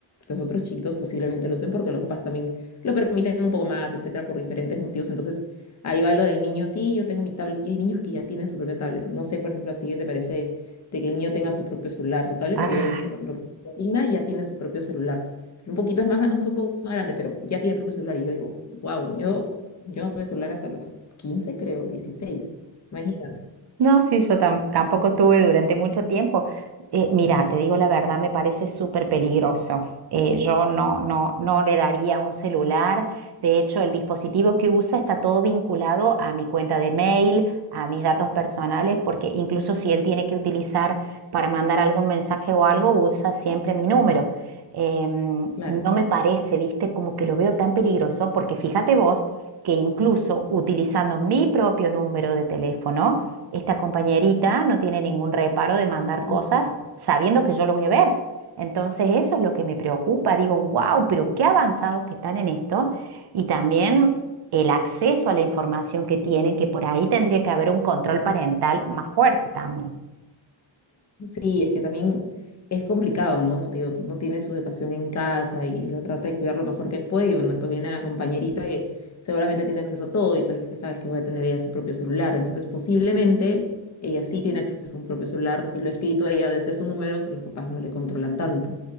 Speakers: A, on the left; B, on the right.
A: los otros chiquitos posiblemente lo usen porque los papás también lo permiten un poco más, etcétera, por diferentes motivos. Entonces ahí va lo del niño, sí, yo tengo mi tablet y hay niños que ya tienen su propia tablet. No sé, por ejemplo, a ti qué te parece de que el niño tenga su propio celular, su tablet,
B: Ah.
A: pero yo he visto, por ejemplo, mi sobrina y ya tiene su propio celular. Un poquito es más, es un poco más grande, pero ya tiene propio celular. Y yo digo, wow, yo, yo no tuve celular hasta los quince creo, dieciséis Imagínate,
B: No, sí, yo tam- tampoco tuve durante mucho tiempo. Eh, mira, te digo la verdad, me parece súper peligroso. Eh, yo no, no, no le daría un celular. De hecho, el dispositivo que usa está todo vinculado a mi cuenta de mail, a mis datos personales, porque incluso si él tiene que utilizar para mandar algún mensaje o algo, usa siempre mi número. Em,
A: claro,
B: no me parece, viste, como que lo veo tan peligroso, porque fíjate vos que incluso utilizando mi propio número de teléfono, esta compañerita no tiene ningún reparo de mandar
A: distinto.
B: cosas sabiendo que yo lo voy a ver. Entonces eso es lo que me preocupa. Digo, wow, pero qué avanzados que están en esto. Y también el acceso a la información que tienen, que por ahí tendría que haber un control parental más fuerte también.
A: Sí, es que también es complicado, ¿no? Digo, no tiene su educación en casa y, lo trata de cuidar lo mejor que puede. Y bueno, después viene la compañerita que seguramente tiene acceso a todo y tal vez que sabes que va a tener ella su propio celular. Entonces, posiblemente ella sí tiene acceso a un propio celular y lo ha escrito ella desde su número que los papás no le controlan tanto.